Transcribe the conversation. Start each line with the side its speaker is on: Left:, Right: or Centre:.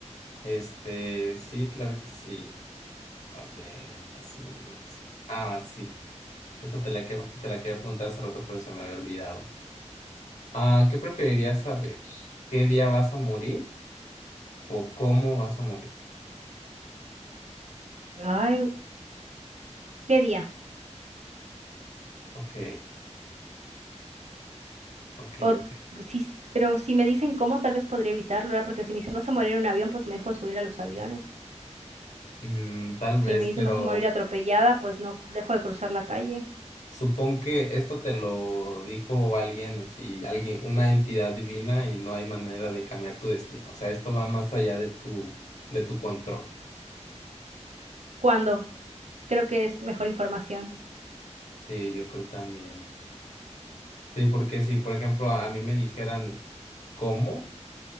Left: Este, sí, claro que sí. A ver, más o menos. Ah, sí. Esta te la, que- te la quería preguntar hace rato, pero se me había olvidado. Ah, ¿qué preferirías saber? ¿Qué día vas a morir o cómo vas a morir?
Right: Ay, ¿qué día?
Left: Ok, ok,
Right: O
Left: ok.
Right: sí, s- pero si me dicen cómo, tal vez podría evitarlo, ¿verdad? Porque si me dicen vas a morir en un avión, pues me dejo de subir a los aviones.
Left: Mm, tal vez,
Right: Si me dicen
Left: pero
Right: vas a morir atropellada, pues no dejo de cruzar la calle.
Left: Supón que esto te lo dijo alguien, así, alguien, una entidad divina y no hay manera de cambiar tu destino. O sea, esto va más allá de tu, de tu control.
Right: ¿Cuándo? Creo que es mejor información.
Left: Sí, yo creo también. Sí, porque si, por ejemplo, a mí me dijeran cómo,